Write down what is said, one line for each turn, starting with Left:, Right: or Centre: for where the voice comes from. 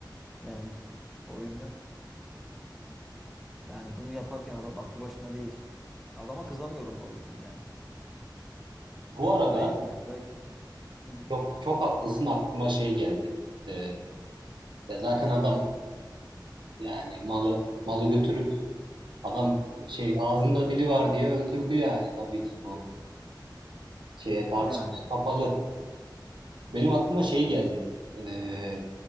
Centre: Yani o yüzden yani bunu yaparken adam aklı başında değil. Adama kızamıyorum da o yüzden yani.
Right: Bu arada
Centre: Değil mi? Belki Hı hı.
Right: çok çok haklısın aklıma şey geldi. Ee, ya zaten adam yani malı malı götürüp adam şey
Centre: Hı hı.
Right: ağzında dili var diye öldürdü yani tabii ki bu şeye tartışmaya
Centre: Yani
Right: kapalı. Benim aklıma şey geldi. Ee,